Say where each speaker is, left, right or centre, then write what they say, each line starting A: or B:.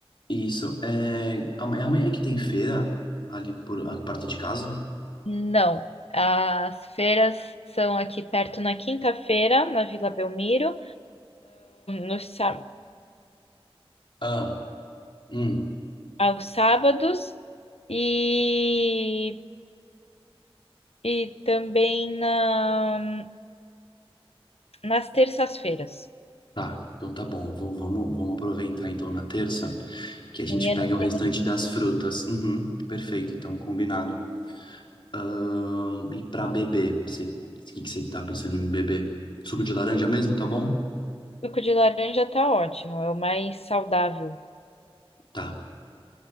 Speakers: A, on the left; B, on the left.
A: Isso. É amanhã amanhã que tem feira ali por ah, perto de casa?
B: Não. As feiras são aqui perto na quinta-feira, na Vila Belmiro, nos, sá-
A: Ah, hum.
B: aos sábados e, e também na, nas terças-feiras.
A: Tá. Então tá bom. Vou- vamos, vamos aproveitar então na terça que a gente
B: Amanhã
A: pega
B: não
A: o restante
B: tem
A: das frutas. Uhum, perfeito. Então combinado. Ahn, e pra beber, você, o que que você tá pensando em beber? Suco de laranja mesmo, tá bom?
B: suco de laranja, tá ótimo, é o mais saudável,
A: Tá.